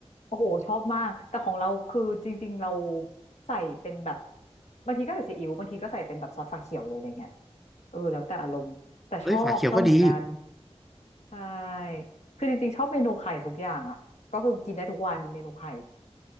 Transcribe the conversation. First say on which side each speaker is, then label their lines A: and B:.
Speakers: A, on the left; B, in the centre.
A: โอ้โหชอบมากแต่ของเราคือจริงๆเราใส่เป็นแบบบางทีก็ใส่ซีอิ๊วบางทีก็ใส่เป็นแบบซอสฝาเขียวเลยอะไรเงี้ยเออแล้วแต่อารมณ์แต่ชอบชอบเหมือนกัน
B: เอ้ยฝาเขียวก็ดี
A: ใช่คือจริงๆชอบเมนูไข่ทุกอย่างอ่ะก็คือกินได้ทุกวันเมนูไข่